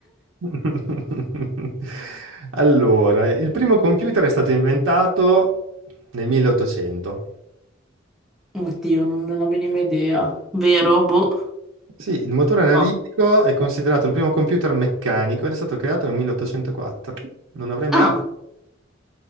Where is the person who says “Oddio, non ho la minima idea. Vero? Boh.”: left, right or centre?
Centre